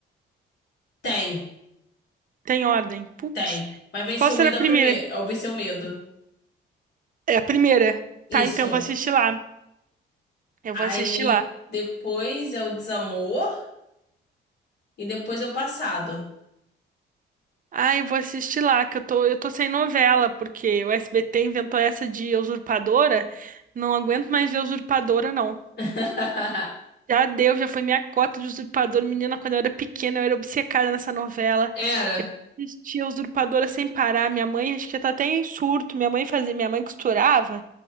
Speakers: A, on the left; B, on the right.
A: Tem,
B: Tem ordem. Putz.
A: tem. Mas Venceu
B: Qual será
A: o Medo
B: a primeira?
A: é o primeiro, é o Venceu o Medo.
B: É a primeira.
A: Isso.
B: Tá, então eu vou assistir lá. Eu
A: Aí
B: vou assistir lá.
A: depois é o Desamor e depois é o Passado.
B: Ah, eu vou assistir lá, que eu tô, eu tô sem novela, porque o SBT inventou essa de usurpadora. Não aguento mais ver usurpadora, não.
A: <laughs>
B: Já deu, já foi minha cota de usurpador. Menina, quando eu era pequena, eu era obcecada nessa novela.
A: Era.
B: Assistia a usurpadora sem parar. Minha mãe, acho que já tá até em surto. Minha mãe fazia, minha mãe costurava.